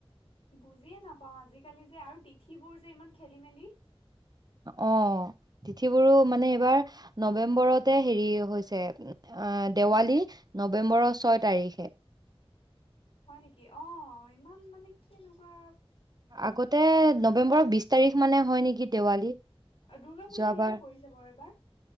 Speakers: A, on the left (about 65°); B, on the right (about 40°).
A: বুজিয়ে নাপাওঁ আজিকালি যে আৰু তিথিবোৰ যে ইমান খেলি মেলি
B: অ ', তিথিবোৰো মানে এইবাৰ নৱেম্বৰতে হেৰি হৈছে, দেৱালী নৱেম্বৰৰ ছয় তাৰিখে।
A: হয় নেকি অ ইমান মানে কি এনেকুৱা।
B: আগতে ন', নৱেম্বৰৰ বিশ তাৰিখ মানে হয় নেকি দেৱালী?
A: দুৰ্গা পূজা
B: যোৱাবাৰ
A: কেতিয়া পৰিছে বাৰু এবাৰ?